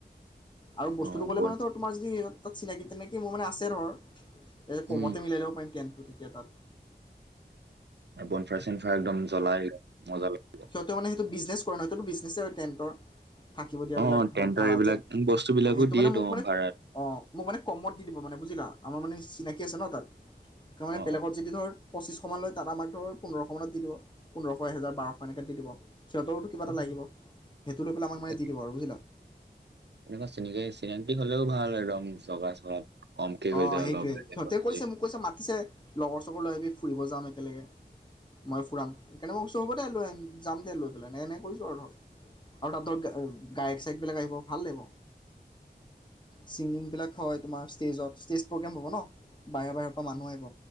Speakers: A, on the left; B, on the right.
A: আৰু বস্তুটো
B: অ'
A: ক'লে
B: বন
A: মানে ত' তোমাৰ যদি তাত চিনাকি-তিনাকি মোৰ মানে আছে ধৰ। কমতে
B: উম
A: মিলাই ল'ব পাৰিম কেন। গতিকে তাত
B: বনফায়াৰ-চনফায়াৰ একদম জ্বলাই, মজা লাগে।
A: সিহঁতে মানে সেইটো বিজনেছ কৰে নহ সহঁতটো বিজনেছে হয় টেণ্টৰ থাকিব দিয়াবিলাক
B: অ'
A: ধৰ
B: টেন্টৰ
A: ভা়ৰা
B: এইবিলাক
A: যে
B: বস্তু বিলাকো
A: অঁ সেইটো
B: দিয়েতো
A: মানে মোক মানে
B: অ' ভাড়াত।
A: অঁ মোক মানে কমত দি দিব মানে বুজিলা আমাৰ মানে চিনাকি আছে ন তাত সেই মানে
B: অ'
A: বেলেগত
B: অ'
A: যদি ধৰ পঁচিশান লৈ তাত আমাক ধৰ পোন্ধৰশ মানত দি দিব পোন্ধৰশ এহেজাৰ বাৰ শ হেনেকাত দি দিব। সিহঁতৰো কিবা এটা
B: অ'
A: লাগিব সেইটো লৈ পেলাই আমাক মানে
B: তাকে
A: দি দিব আৰু বুজিলা।
B: তেনেকুৱা চিনাকি চিনাকি হলেও ভাল একদম জগা চগাত কমকে
A: অ
B: হৈ যায়
A: সেইটোৱে
B: অলপ বেলেগতকে।
A: সিহঁতে কৈছে মোক কৈছে মাতিছে লগৰ চৰ লৈ আহাবি ফুৰিব যাম একেলগে মই ফুৰাম কেনে মই কস্তো হ'ব দে লৈ যাম তে লৈ পেলাই এ এনেক কৈছো আৰু ধৰ আৰু তাত গায়ক ক বিলাক আহিব ভাল লাগিব, ছিগিংবিলাক হয় তোমাৰ ষ্টেজত ইষ্টেজ প্ৰগ্ৰেম হ'ব ন বাহৰ বাহিৰৰ পৰা মানুহ আহিব।